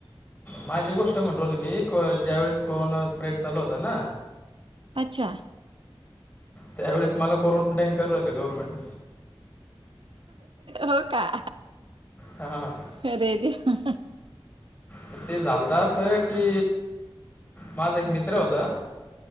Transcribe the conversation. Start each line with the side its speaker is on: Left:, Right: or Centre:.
Left: माझी गोष्ट म्हणु राहिलो मी, को ज्या वेळेस कोरोना पिरेड चालू होता ना.
Right: अच्छा.
Left: त्यावेळेस मला क्वारंटाईन करल होत, गवरमेंटन.
Right: हो का?
Left: हा हा हा.
Right: अरेे देवा.
Left: तर ते झालत अस की माझा एक मित्र होता.